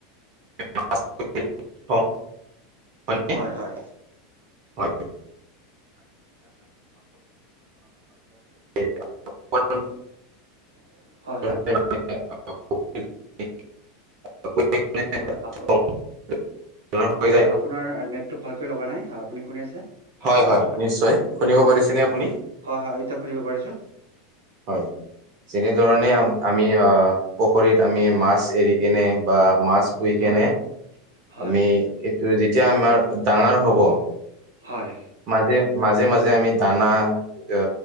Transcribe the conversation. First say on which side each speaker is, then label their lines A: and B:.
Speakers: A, on the right (about 45°); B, on the right (about 75°).
A: <unintelligible> হয়নে?
B: হয় হয়
A: হয়
B: <inaudible>
A: <unintelligible> অকণমান
B: হয়
A: ধৰণে
B: হয়
A: <unintelligible>
B: হয় আপ
A: থওঁ, আপোনাৰ হৈ
B: অ হয়
A: যায়।
B: আপোনাৰ নেট তো ভালকৈ লগা নাই আপুনি শুনি আছে
A: হয় হয় নিশ্চয় শুনিব
B: হয়
A: পাৰিছেনে
B: হয় হয়
A: আপুনি?
B: হয় হয় এতিয়া শুনিব পাৰিছো
A: হয় যেনেধৰণে
B: হয়
A: আমি আহ পুখুৰীত আমি মাছ এৰি কেনে বা মাছ পুই
B: হয়
A: কেনে
B: হয়
A: আমি এইটো যেতিয়া আমাৰ ডাঙৰ হব।
B: হয়
A: মাজে মাজে মাজে আমি দানা অ